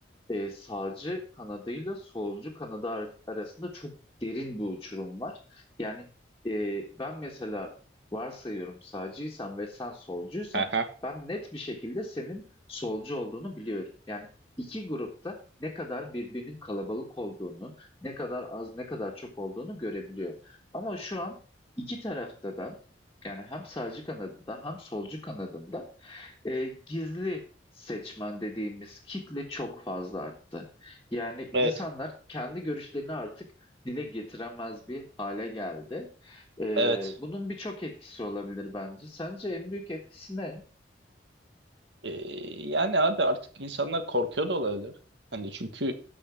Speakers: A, on the left; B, on the right.
A: e, sağcı kanadıyla solcu kanadı ar- arasında çok derin bir uçurum var. Yani e, ben mesela varsayıyorum sağcıysan ve sen solcuysan
B: Aha.
A: ben net bir şekilde senin solcu olduğunu biliyorum. Yani iki grupta ne kadar birbirinin kalabalık olduğunu, ne kadar az, ne kadar çok olduğunu görebiliyor. Ama şu an iki tarafta da yani hem sağcı kanadında hem solcu kanadında e, gizli seçmen dediğimiz kitle çok fazla arttı. Yani insanlar
B: Evet.
A: kendi görüşlerini artık dile getiremez bir hale geldi. E,
B: Evet.
A: bunun birçok etkisi olabilir bence. Sence en büyük etkisi ne?
B: Ee, yani abi artık insanlar korkuyor da olabilir. Hani çünkü